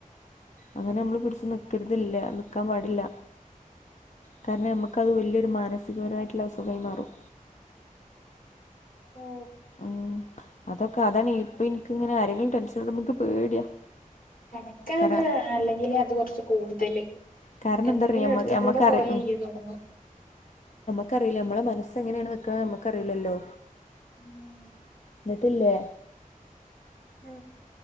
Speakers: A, on the left (about 60°); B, on the left (about 80°).
A: അങ്ങനെ നമ്മള് പിടിച്ച് നിക്കരുതല്ല ആക്കാൻ പാടില്ല കാരണം നമുക്ക്ത് വലിയൊരു മാനിക മുഴുവനായിട്ടുള്ള അസുഖായി മാറും
B: ഓ
A: ഉം അതൊക്കെ അതാണ് ഇപ്പ എനിക്കിങ്ങനെ ആരെങ്കിലും ടെൻഷനിടുമ്പോ ൻക്ക് പേടിയാ
B: എനക്കാണ്
A: കാരണം
B: അല്ലെങ്കിലേ അത് കൊറച്ച് കൂടുതല്.
A: കാരണം
B: എന്തെങ്കിലും
A: എന്താറിയോ നമ്മ
B: അടുത്ത്
A: നമ്മക്കറി
B: കൂടെ പോയ ഇയ്യ് തുടങ്ങും
A: എനക്കറിയില്ല അറിയില്ല ഞമ്മളെ മനസ്സ് എങ്ങനെയാണ് നിക്കണ് നമുക്ക് അറിയില്ലല്ലോ
B: ഉം
A: എന്നിട്ടില്ലേ
B: ആ